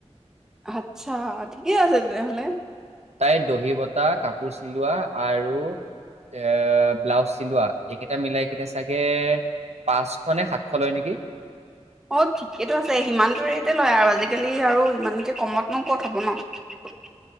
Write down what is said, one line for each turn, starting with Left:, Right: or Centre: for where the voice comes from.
Centre: আচ্ছা ঠিকে আছে তেনেহলে
Right: তাই দহি বতাহ কাপোৰ চিলোৱা আৰু এ ব্লাউজ চিলোৱা এইকেইটা মিলাই কিনে চাগে পাঁচশ নে সাতশ লয় নেকি?
Centre: অ ঠিকেইটো আছে সিমানটো ৰেটে লয় আৰু আজিকালি আৰু ইমানকে কমত ন ক হব ন